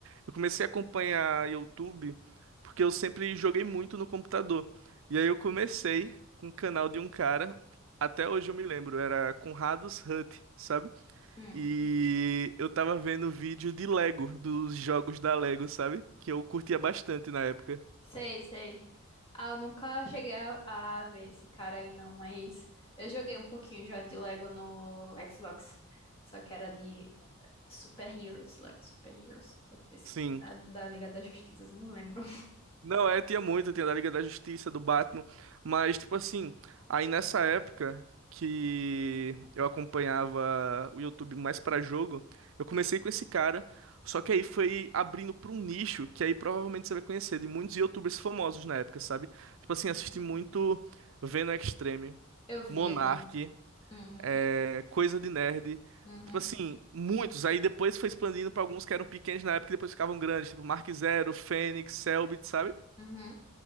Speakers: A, on the right; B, on the left.
A: Eu comecei a acompanhar YouTube porque eu sempre joguei muito no computador. E aí eu comecei com o canal de um cara, até hoje eu me lembro, era Conrados Hut, sabe?
B: Hum,
A: E eu tava vendo vídeo de Lego, dos jogos da Lego, sabe? Que eu curtia bastante na época.
B: sei, sei. Ah, eu nunca cheguei a, a ver esse cara aí, não, mas eu joguei um pouquinho já de Lego no Xbox. Só que era de Super Heroes, Lego Super Heroes, uma coisa desse,
A: Sim.
B: da, da Liga da Justiça, não lembro.
A: Não, é, tinha muito, tinha da Liga da Justiça, do Batman, mas tipo assim, aí nessa época que eu acompanhava o YouTube mais pra jogo, eu comecei com esse cara, só que aí foi abrindo pra um nicho que aí provavelmente você vai conhecer de muitos YouTubers famosos na época, sabe? Tipo assim,
B: <laughs>
A: assisti muito Venom Extreme,
B: Eu via
A: Monark,
B: também. Uhum,
A: é, Coisa de Nerd,
B: uhum,
A: tipo assim, muitos. Aí depois foi expandindo pra alguns que eram pequenos na época e depois ficavam grandes, tipo Mark Zero, Fênix, Selbit, sabe?
B: uhum.